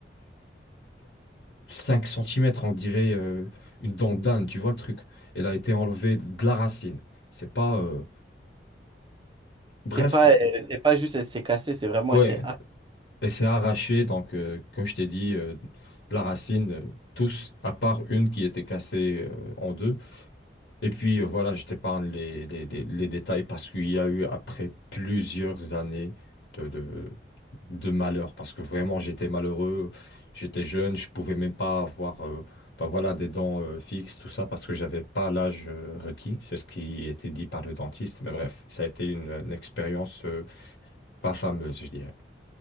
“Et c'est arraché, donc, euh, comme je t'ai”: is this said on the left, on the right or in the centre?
Left